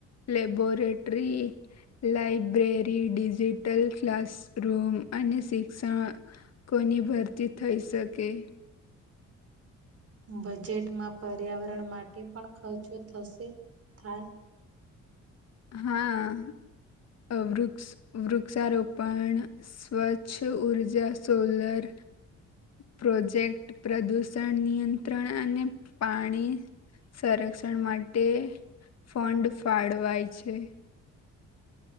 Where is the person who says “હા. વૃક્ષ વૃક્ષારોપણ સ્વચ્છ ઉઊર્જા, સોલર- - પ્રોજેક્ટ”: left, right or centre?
Left